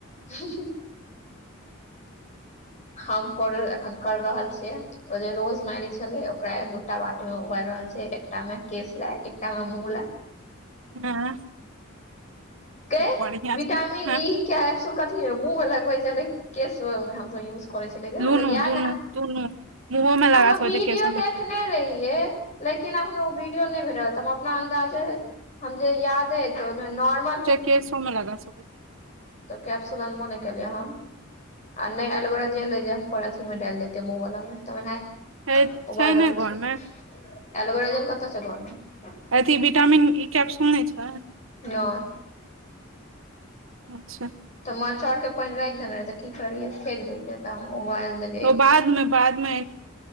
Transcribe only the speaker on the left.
हुँ -हुँ। हम करे एखन कैर रहल छियै। ओ जे रोज मारी छले ओकरा दूटा बाटीमे उबैल रहल छियै एकटा में केश लए एकटा मे मुँह लए।
गै
विटामिन
ई के कैपसूल कथि मे मुँह मे लगबेै छेल्लै की केश मे हमसब यूज? करैय छेल्लै गे
हमरा याद
रहैय
हम
विडियो
देखने
रही? यै लेकिन हमरा ओ वीडियो नै भेटल हम अपना अन्दाजे। हम जे याद अछि ओहिमे तऽ नॉर्मल।
तऽ कैप्सुल अनबो नै केलिए हम। आ नै एलोवेरा जेल अइ जे हम अथीमे डैल देतेैयै मुँहवाला मे तऽ ओनाही।
उबैल
रहल
छैय
एलोवेरा जेल कतऽ। <unintelligible>
नै
तऽ माँ चाउर के पैन रैख देने रहै तऽ की करिये फेेक देैतियै तऽ हम उबैल देलिैए।